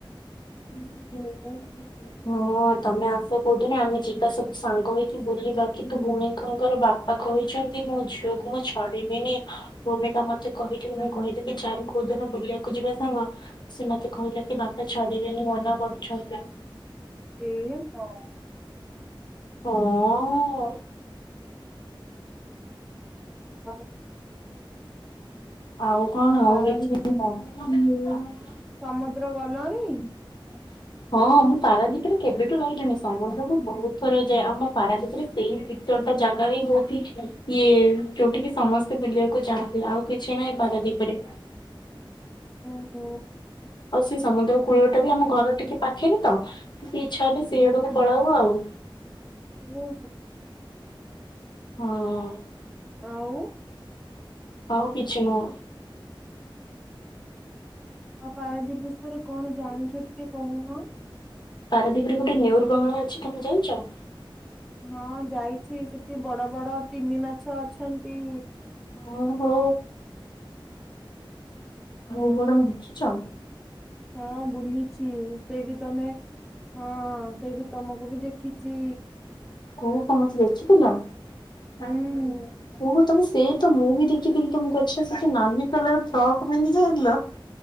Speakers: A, on the left; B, in the centre.
A: <inaudible>
B: ତୁ
A: ହଁ ତମେ ଆସ କୋଉଦନି ଆମେ ଯିବା ସବୁ ସାଙ୍ଗହେଇକି ବୁଲିବାକି। ତୋ ଭୁଣୀଙ୍କଙ୍କର ବାପା କହିଛନ୍ତି ମୋ ଝିଅକୁ ମୁଁ ଛାଡିବିନି। ଭୂମିକା ମତେ କହିଥିଲା ମୁଁ କହିଦେଲି ଚାଲ କୋଉ ଦିନ ବୁଲିବାକୁ ଯିବା ସାଙ୍ଗ। ସେ ମତେ କହିଲା କି ବାପା ଛାଡିବେନି ମନା କରୁଛନ୍ତି।
B: ଏ ମା
A: ହଁ।
B: ଆଉ।
A: ଆଉ କଣ
B: ଆ ପାରା
A: ଆଉ <unintelligible>
B: ସମୁଦ୍ର ଗଲଣି?
A: <unintelligible> ହଁ ମୁଁ ପାରାଦ୍ବୀପରେ କେବେଠୁ ରହିିଲିଣି ସମୁଦ୍ର ମୁଁ ବହୁତ ଥର ଯାଏ ଆଉ ମୋ ପାରାଦ୍ବିପରେ। ସେଇ ଦି ଚାରଟା ଜାଗା ହିଁ ବହୁଉଠି ଇଏ ଯୋଉଠିକି ସମସ୍ତେ ବୁଲିବାକୁ ଯାଉନ୍ତି ଆଉ। କିଛି ନାଇଁ ପାରାଦ୍ୱୀପରେ।
B: ଓହୋ।
A: ଆଉ ସେ ସମୁଦ୍ର କୂଳଟା ବି ଆମ ଘର ଟିକେ ପାଖରେ ତ ଟିକେ ଇଚ୍ଛା ହେଲେ ସେଇ ଆଡକୁ ପଳାଉ ଆଉ।
B: ଓହୋ।
A: ହଁ।
B: ଆଉ।
A: ଆଉ କିଛି ନୁହଁ।
B: ଆଉ ପାରାଦ୍ୱୀପ ବିଷୟରେ କଣ ଜାଣିଛ ଟିକେ କହୁନ?
A: ପାରାଦ୍ବୀପରେ ଗୋଟେ ନେଉରୁ ବଙ୍ଗଳା ଅଛି ତମେ ଯାଇଚ?
B: ହଁ ଯାଇଛି ସେଠି ବଡ ବଡ ତିମି ମାଛ ଅଛନ୍ତି।
A: ହଁ ହୋ। ହଉ ବରଂ ଦେଖିଚ?
B: ହଁ ବୁଲିଛି ସେଇଠି ତମେ। ହଁ ସେଇଠେ ତମକୁ ବି ଦେଖିଚି।
A: କୋଉ ତମ ମତେ ଦେଖିଥିଲ <unintelligible>
B: ହୁଁ।
A: କୋଉ କ ତମ ସେଇ ତ ମୁଁ ବି ଦେଖିଥିଲି ତୁମକୁ ଆଚ୍ଛା ସେଠି ନାଲି କଲର ଫ୍ରକ୍ ତମେ ପିନ୍ଧି ନ ଥିଲ।